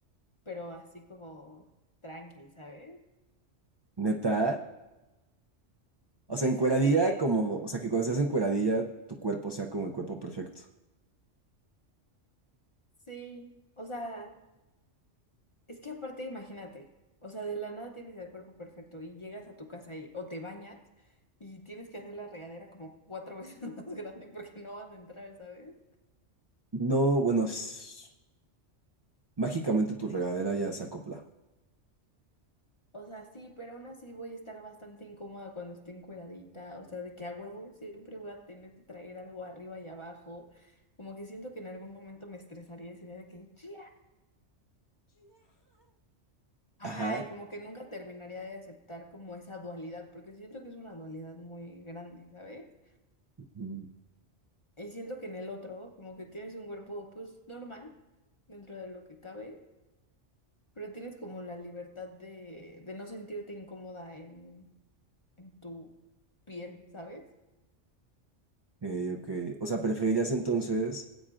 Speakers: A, on the left; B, on the right.
A: pero así como tranqui, ¿sabes?
B: Neta. O sea,
A: Pues
B: encueradilla,
A: es que
B: como, o sea, que cuando estás encueradilla, tu cuerpo sea como el cuerpo perfecto.
A: sí, o sea, es que aparte imagínate, o sea, de la nada tienes el cuerpo perfecto y llegas a tu casa y o te bañas y tienes que hacer la regadera como cuatro <laughs> veces más grande porque no vas a entrar, ¿sabes?
B: No, bueno, s- mágicamente tu regadera ya se acopla.
A: O sea, sí, pero aún así voy a estar bastante incómoda cuando esté encueradita, o sea, de que a huevo siempre voy a tener que traer algo arriba y abajo, como que siento que en algún momento me estresaría y sería de que ya. Ajá,
B: Ajá.
A: y como que nunca terminaría de aceptar como esa dualidad, porque siento que es una dualidad muy grande, ¿sabes?
B: Ujú.
A: Y siento que en el otro, como que tienes un cuerpo, pues, normal, dentro de lo que cabe, pero tienes como la libertad de, de no sentirte incómoda en, en tu piel, ¿sabes?
B: Ok, ok. O sea, preferirías entonces,